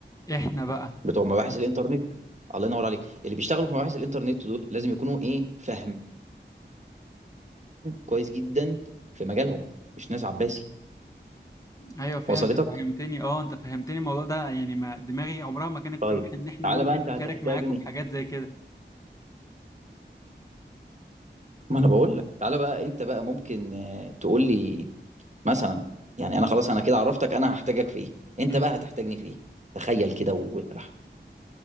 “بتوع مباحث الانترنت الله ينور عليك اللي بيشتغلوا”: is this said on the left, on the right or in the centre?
Right